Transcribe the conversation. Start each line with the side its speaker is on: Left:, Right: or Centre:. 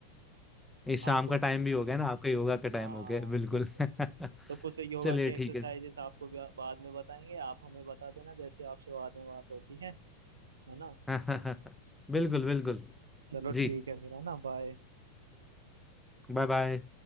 Centre: ये शाम
Right: आपको
Centre: का टाइम भी हो गया ना आपका योगा का टाइम
Right: हाँ
Centre: हो गया बिल्कुल
Right: बिल्कुल
Centre: <laughs>
Right: तो कुछ योगा
Centre: चलिए
Right: की एक्सरसाइजेस
Centre: ठीक है
Right: आपको भी बाद में बताएंगे आप हमें बता देना जैसे आपसे बाद में बात होती है है ना
Centre: <laughs> बिल्कुल बिल्कुल
Right: चलो
Centre: जी
Right: ठीक है फिर है ना बाय
Centre: Bye bye